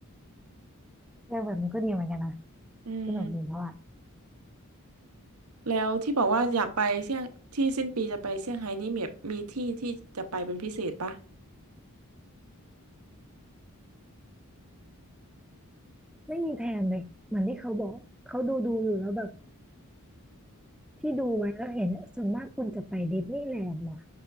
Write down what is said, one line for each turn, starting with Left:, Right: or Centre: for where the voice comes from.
Centre: เออแบบนี้ก็ดีเหมือนกันนะ
Right: อืม
Centre: สนุกดีเพราะว่า
Right: แล้วที่บอกว่าอยากไปเซี่ยงที่สิ้นปีจะไปเซี่ยงไฮ้นี่แบบมีที่ที่จะไปเป็นพิเศษปะ
Centre: ไม่มีแทนเลยเหมือนที่เขาบอก เขาดูดูอยู่แล้วแบบที่ดูไว้แล้วเห็นอะส่วนมากคนจะไปดิสนีย์แลนด์ว่ะ